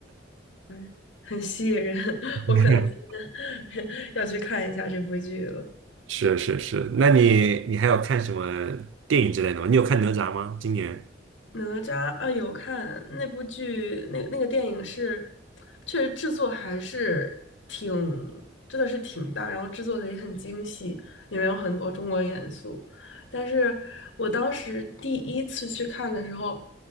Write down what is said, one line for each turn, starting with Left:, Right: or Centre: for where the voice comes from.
Left: 嗯很吸引人，<laughs>
Right: <laughs>
Left: 我可能今天 <laughs> 要去看一下这部剧了。
Right: 是是是，那你你还有看什么电影之类的吗？你有看哪吒吗？今年？
Left: 哪吒啊，有看那部剧，那那个电影是，确实制作还是挺，真的是挺大，然后制作的也很精细，里面有很多中国元素。但是我当时第一次去看的时候，